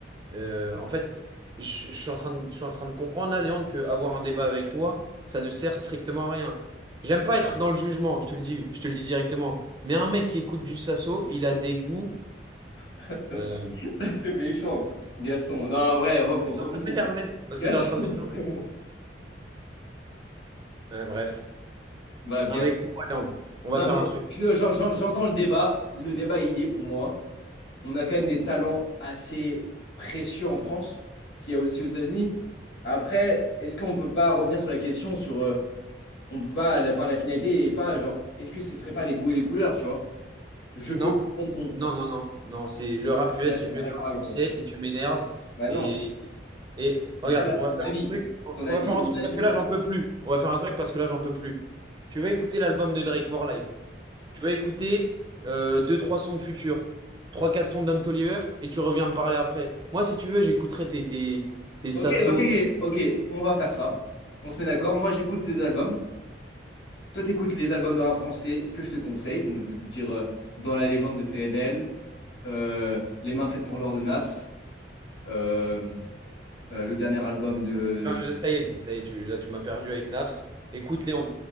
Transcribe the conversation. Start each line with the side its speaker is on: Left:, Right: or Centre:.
Right: Euh, en fait, je, je suis en train de, je suis en train de comprendre là, Léandre, que avoir un débat avec toi, ça ne sert strictement à rien. J'aime pas être dans le jugement, je te le dis, je te le dis directement. Mais un mec qui écoute du Sasso, il a des goûts.
Left: <laughs>
Right: Euh...
Left: Là, c'est méchant, Gaston. Non, en vrai, rev-
Right: Parce
Left: revenons.
Right: que T'es en train de m'énerver. Parce
Left: Gaston,
Right: que t'es en train de m'énerver.
Left: <laughs> c'est bon.
Right: Ouais, bref.
Left: Bref,
Right: Non
Left: Gaston.
Right: mais écoute Léandre, on va
Left: Non,
Right: faire
Left: mais
Right: un truc.
Left: je- j'en- j'en- j'entends le débat. Le débat y est pour moi. On a quand même des talents assez précieux en France, qu'il y a aussi aux États-Unis. Après, est-ce qu'on peut pas revenir sur la question sur, euh, on peut pas, la, fin, la finalité et pas genre, est-ce que ce serait pas les goûts et les couleurs, tu vois? Je
Right: Non,
Left: peux comprendre ton.
Right: non, non, non, non, c'est le rap US
Left: Là, je
Right: c'est
Left: suis
Right: mieux
Left: pas d'accord
Right: que le rap
Left: avec
Right: français
Left: toi.
Right: et tu m'énerves.
Left: Bah non.
Right: Et, et regarde,
Left: Du coup, là, c'est
Right: on va faire
Left: ton avis.
Right: un truc, on
Left: C'est ton avis,
Right: va faire un
Left: mon
Right: truc
Left: avis.
Right: parce que là j'en peux plus. On va faire un truc parce que là j'en peux plus. Tu vas écouter l'album de Drake, More Life. Tu vas écouter euh, deux, trois sons de Future, trois, quatre sons de Don Toliver et tu reviens me parler après. Moi, si tu veux, j'écouterai tes, tes, tes Sasso.
Left: Ok, ok, ok. Ok, on va faire ça. On se met d'accord. Moi, j'écoute tes albums. Toi, t'écoutes les albums de rap français que je te conseille. Donc, je vais te dire euh, Dans la légende de PNL, euh, Les mains faites pour l'or de Naps, euh, euh, le dernier album de.
Right: Non, je- Ça y est, ça y est, tu, là tu m'as perdu avec Naps. Écoute-les, on